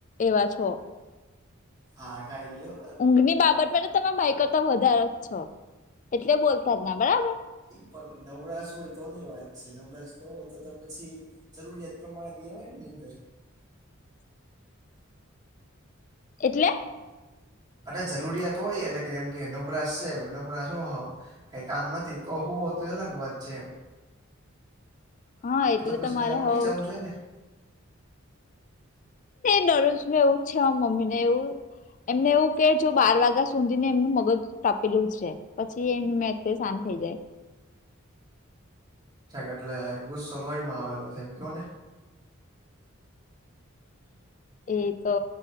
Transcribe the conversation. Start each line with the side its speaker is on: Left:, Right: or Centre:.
Left: એવા છો.
Right: હા કાય લ્યો.
Left: ઊંઘ ની બાબતમાં તો તમે ભય કરતા વધારે જ છો એટલે બોલતા જ ના બરાબર.
Right: એક પણ નવરાશ હોય તોની વાત છે નવરાશ ન હોય તો પછી જરૂરિયાત પ્રમાણે જ લેવાય નેની <unintelligible> અંદર
Left: <inaudible> એટલે!
Right: અરે જરૂરિયાત હોય એટલે કેમ કે નવરાશ છે નવરાશ હો કઈ કામ નથી તો હોું હો તો એ અલગ વાત છે એ.
Left: હા એટલે
Right: પછી
Left: તો મારે
Right: પેલા ઉઠી
Left: હવ
Right: જવું જોઈએ ને
Left: દરરોજ મે એવું જ છે મમ્મી ને એવું એમને એવું કે જો બાર વાગ્યા સુોધી ને એમનું મગજ ટપેલું છે. પછી એમ મે તે શાંત થઈ જાય.
Right: એટલે ગુસ્સો લોોહીમાં આવેલો છે એમ કવો ને.
Left: એ તો